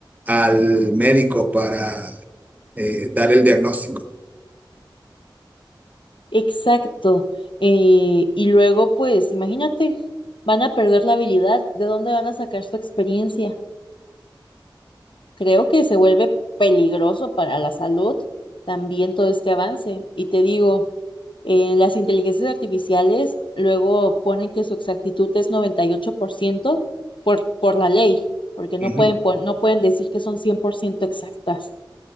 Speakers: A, on the right; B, on the left.
A: al médico para eh, dar el diagnóstico.
B: Exacto. eh, y luego, pues, imagínate, van a perder la habilidad. ¿De dónde van a sacar su experiencia? Creo que se vuelve peligroso para la salud también todo este avance. Y te digo, eh, las inteligencias artificiales luego ponen que su exactitud es noventa y ocho por, ciento por por la ley, porque no
A: Ujú.
B: pueden, pon- no pueden decir que son 100% exactas.